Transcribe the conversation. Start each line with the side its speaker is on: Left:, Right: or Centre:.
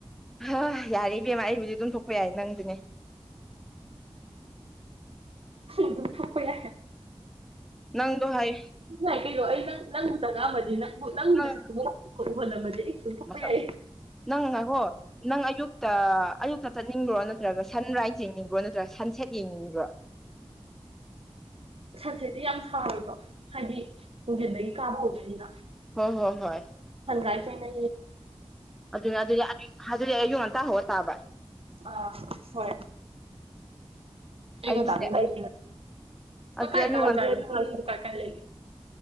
Centre: ꯑ ꯌꯥꯔꯦ ꯏꯕꯦꯝꯃ ꯑꯩꯕꯨꯗꯤ ꯑꯗꯨꯝ ꯊꯣꯛꯄ ꯌꯥꯏ ꯅꯪꯗꯨꯅꯦ
Right: ꯝ ꯊꯄꯩ ꯂꯦ
Centre: ꯅꯪꯗꯣ ꯍꯥꯏ
Right: ꯉꯥꯏ ꯀꯩꯅꯣ ꯑꯩ ꯅꯪ ꯅꯪꯕꯨ ꯆꯪꯉꯛꯑꯝꯃꯗꯤꯪ ꯕꯨ ꯅꯪꯒꯤꯅ
Centre: ꯅꯪ
Right: ꯁꯛꯨ ꯈꯎ ꯍꯣꯂꯝꯕꯁ ꯑꯩ ꯁꯨꯝ ꯊꯣꯛꯄ
Centre: ꯃꯁꯛꯁꯤꯒ
Right: ꯌꯥꯏꯌꯦ
Centre: ꯅꯪ ꯉꯥꯏ ꯍꯣ ꯅꯪ ꯑꯌꯨꯛꯇ ꯑꯌꯨꯛꯇ ꯆꯠꯅꯤꯡꯕ꯭ꯔꯣ ꯅꯠꯇ꯭ꯔꯒ ꯁꯟ ꯔꯥꯏꯖ ꯌꯦꯡꯅꯤꯡꯕ꯭ꯔꯣ ꯅꯠꯇ꯭ꯔꯒ ꯁꯟ ꯁꯦꯠ ꯌꯦꯡꯅꯤꯡꯕ꯭ꯔꯣ
Right: ꯁꯟ ꯁꯦꯠꯇꯤ ꯌꯥꯝ ꯁꯥꯔꯣꯏꯀꯣ ꯍꯥꯏꯗꯤ ꯍꯣꯡꯖꯤꯟꯕꯒꯤ ꯀꯥꯕ ꯍꯧꯕꯅꯤꯅ
Centre: ꯍꯣꯏ ꯍꯣꯏ ꯍꯣꯏ
Right: ꯍꯪꯒꯥꯥꯏ ꯐꯅ
Centre: ꯑꯗꯨꯅꯦ ꯑꯗꯨꯗꯤ ꯑꯗꯨꯗꯤ ꯑꯩ ꯑꯌꯨꯛ ꯉꯟꯇꯥ ꯍꯧꯧꯕꯒ ꯇꯥꯕ
Right: ꯑꯥ ꯍꯣꯏ ꯑꯩ
Centre: ꯑꯩꯁꯦ
Right: ꯇꯥꯔ ꯂ
Centre: ꯑꯗꯨꯗꯤ
Right: ꯀꯥꯏ
Centre: ꯑꯌꯨꯛ
Right: ꯀ
Centre: ꯉꯟꯇꯥ
Right: ꯆ ꯀꯥꯏ ꯀꯥꯏ ꯂꯩ